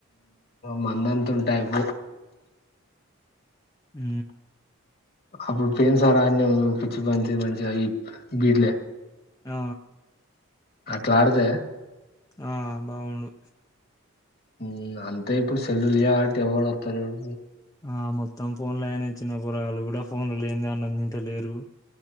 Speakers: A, on the left; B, on the left.
A: మంద అంత ఉంటే అయిపోవు
B: హ
A: అప్పుడు ప్రేమ్ సారా ఆడినం చూడు పిచ్చి పంచి మంచిగా ఈ బీడ్లే
B: ఆ
A: అట్లా ఆడితే
B: ఆ బావుండు
A: ఉమ్ అంతే ఇప్పుడు సెల్లులియా అంట ఎవడు వస్తాలేరు
B: ఆ మొత్తం ఫోన్లు అయినా చిన్న పోరగాళ్లు కూడా ఫోన్లు లేనిదే అన్నం తింట లేరు